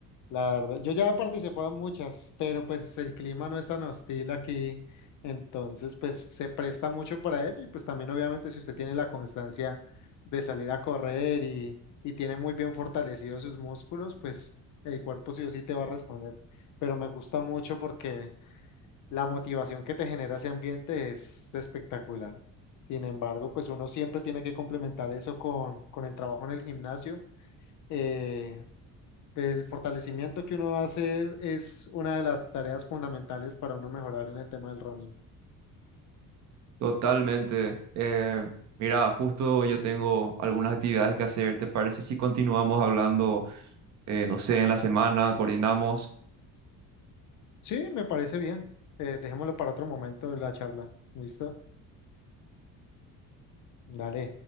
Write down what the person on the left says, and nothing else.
la verdad. Yo ya he participado en muchas, pero pues el clima no es tan hostil aquí, entonces pues se presta mucho para ello y pues también obviamente si usted tiene la constancia de salir a correr y, y tiene muy bien fortalecidos sus músculos, pues el cuerpo sí o sí te va a responder. Pero me gusta mucho porque la motivación que te genera ese ambiente es espectacular. Sin embargo, pues uno siempre tiene que complementar eso con, con el trabajo en el gimnasio. Eh, el fortalecimiento que uno hace es una de las tareas fundamentales para uno mejorar en el tema del running.
Sí, me parece bien. Eh, dejémoslo para otro momento de la charla. ¿Listo? Dale.